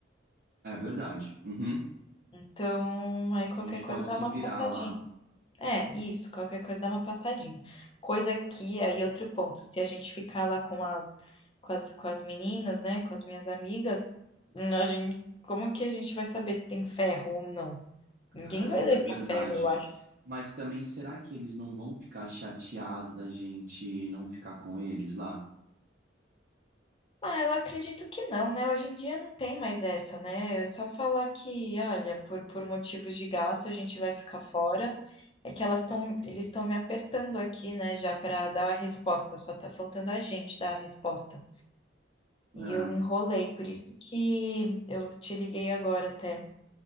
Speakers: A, on the right; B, on the left.
A: É verdade. Uhum.
B: Então, aí qualquer
A: A gente
B: coisa
A: pode
B: dá
A: se
B: uma
A: virar
B: passadinha.
A: lá.
B: É, isso, qualquer coisa dá uma passadinha. Coisa que, aí outro ponto, se a gente ficar lá com as, com as, com as meninas, né, com as minhas amigas, hum, a gente, como que a gente vai saber se tem ferro ou não? Ninguém
A: Caramba,
B: vai levar
A: é verdade.
B: ferro, eu
A: Mas também, será que eles não vão ficar chateados da gente não ficar com eles lá?
B: Ah, eu acredito que não, né? Hoje em dia não tem mais essa, né? É só falar que, olha, por, por motivos de gasto a gente vai ficar fora. É que elas estão, eles estão me apertando aqui, né, já para dar a resposta. Só tá faltando a gente dar a resposta.
A: É,
B: E eu enrolei, por isso que eu te liguei agora até